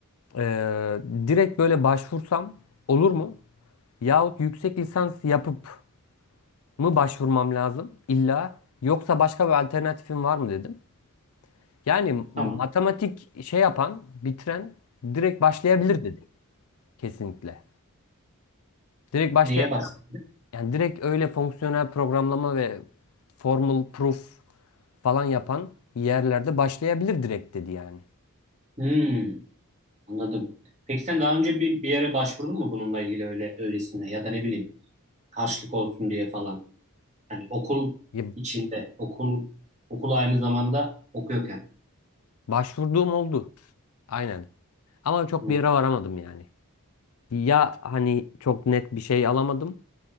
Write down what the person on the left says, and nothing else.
eee, direkt böyle başvursam olur mu? Yahut yüksek lisans yapıp mı başvurmam lazım illa yoksa başka bir alternatifim var mı dedim. Yani matematik
şey yapan bitiren direkt başlayabilir dedi kesinlikle. Direkt başlayabilir.
Yani direkt öyle fonksiyonel programlama ve formal proof falan yapan yerlerde başlayabilir direkt dedi yani.
Ya
başvurduğum oldu. Aynen. Ama çok
bir yere varamadım yani. Ya hani çok net bir şey alamadım